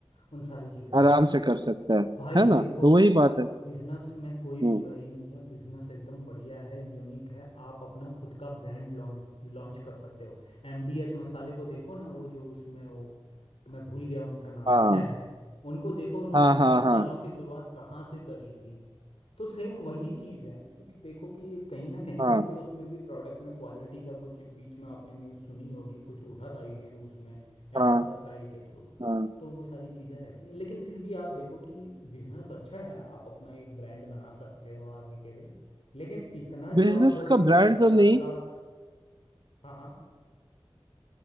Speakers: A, on the left (about 75°); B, on the right (about 45°).
A: उन सारी चीज़ों
B: आराम
A: को
B: से कर सकता है
A: भाई
B: है
A: देखो
B: ना तो वही बात है
A: बिजनेस में कोई
B: हम्म
A: बुराई नहीं है बिजनेस एकदम बढ़िया है यूनिक है आप अपना खुद का ब्रांड लॉन्च लॉन्च कर सकते हो एमडीएच मसाले को देखो ना वो जो उसमें वो मैं भूल गया उनका नाम
B: हाँ
A: क्या है उनको देखो उन्होंने
B: हाँ
A: अपने
B: हाँ
A: मसालों
B: हाँ
A: की शुरुआत कहाँ से करी थी तो सेम वही चीज़ है क्योंकि देखो कि कहीं ना कहीं
B: हाँ
A: उनके उसमें भी प्रोडक्ट में क्वालिटी का कुछ बीच में आपने न्यूज़ सुनी होगी कुछ उठा था इशू उसमें एफएसएसआई
B: हाँ
A: के थ्रू
B: हाँ
A: तो वो सारी चीज़ें रहती हैं लेकिन फिर भी आप देखो कि बिजनेस अच्छा है आप अपना एक ब्रांड बना सकते हो आगे के लिए लेकिन इतना
B: बिजनेस
A: जो आप बोल रहे
B: का
A: हो
B: ब्रांड
A: कि पचास
B: तो नहीं
A: लाख हाँ हाँ